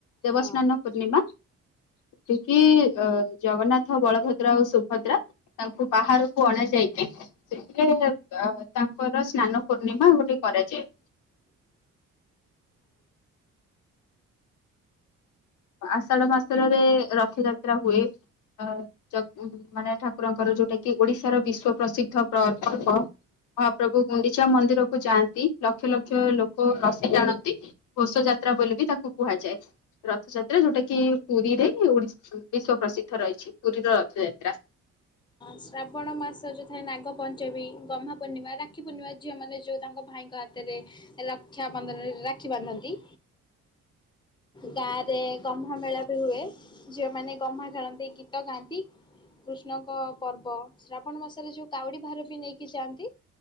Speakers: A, on the left (about 80°); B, on the left (about 15°).
A: ଦେବସ୍ନାନ
B: ହଁ।
A: ପୂର୍ଣ୍ଣିମା ସେଠି ଅ, ଜଗନ୍ନାଥ, ବଳଭଦ୍ରା, ଆଉ ସୁଭଦ୍ରା ତାଙ୍କୁ ବାହାରକୁ ଅଣାଯାଇ ସେଥିରେ ଅଁ ତାଙ୍କର ସ୍ନାନ ପୂର୍ଣ୍ଣିମା ଗୋଟେ କରାଯାଏ। ଆଷାଢ ମାସରେ ରଥଯାତ୍ରା ହୁଏ ଅ ମାନେ ଠାକୁରଙ୍କର ଯୋଉଟାକି ଓଡିଶାର ବିଶ୍ଵ ପ୍ରସିଦ୍ଧ ପ୍ରକଳ୍ପ ମହାପ୍ରଭୁ ଗୁଣ୍ଡିଚା ମନ୍ଦିରକୁ ଯାଆନ୍ତି ଲକ୍ଷ ଲକ୍ଷ ଲୋକ ରସି ଟାଣନ୍ତି ନନ୍ଦିଘୋଷ ଯାତ୍ରା ବୋଲିକି ତାକୁ କୁହାଯାଏ। ରଥଯାତ୍ରା ଯୋଉଟାକି ପୁରୀରେ ଓଡ଼ି ବିଶ୍ ପ୍ରସିଦ୍ଧ ରହିଚି ପୁରୀର ରଥଯାତ୍ରା।
B: ଶ୍ରାବଣ ମାସ ଯୋଉ ଥାଏ ନାଗ ପଞ୍ଚମୀ ଗହ୍ମା ପୂର୍ଣ୍ଣିମା ରାକ୍ଷୀ ପୂର୍ଣ୍ଣିମା ଝିଅ ମାନେ ଯୋଉ ତାଙ୍କ ଭାଇଙ୍କ। ରେ ରକ୍ଷା ବନ୍ଧନରେ ରାକ୍ଷୀ ବାନ୍ଧନ୍ତି। ଗାଁ ରେ ଗହ୍ମା ମେଳା ବି ହୁଏ ଝିଅମାନେ ଗହ୍ମା ଖେଳନ୍ତି ଗୀତ ଗାଆନ୍ତି। କୃଷ୍ଣଙ୍କ ପର୍ବ ଶ୍ରାବଣ ମାସରେ ଯୋଉ କାଉଡି ଭାର ବି ନେଇକି ଯାଆନ୍ତି।